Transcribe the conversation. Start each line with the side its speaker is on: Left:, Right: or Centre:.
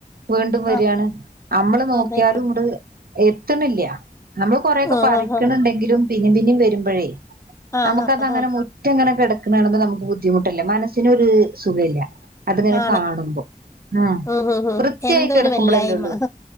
Right: വീണ്ടും വരാണ്
Left: ആ
Right: നമ്മള് നോക്കിയാലും
Left: അതെ
Right: ഇടെ ത്ത് ണില്ലാ നമ്മ
Left: ആഹ്
Right: പറിക്ക്ണണ്ടെങ്കിലും
Left: ആഹ്
Right: പിന്നും പിന്നും വരുമ്പോഴേ
Left: ആഹ്
Right: നമുക്കതങ്ങനെ
Left: ആഹ് ആഹ്
Right: മുറ്റങ്ങനെ ക്ക്ണെ കാണുമ്പോ നമുക്ക് ബുദ്ധിമുട്ടല്ല മനസ്സിനൊ ഒരു സുഖ ഇല്ല അതിങ്ങനെ
Left: ആണ്
Right: കാണുമ്പോ ഉം
Left: ഹും ഹും
Right: വൃത്തിയായിക്ക
Left: എന്തൊരു
Right: എടുക്കുമ്പോളല്ലേള്ളു
Left: വെല്ലായ്മ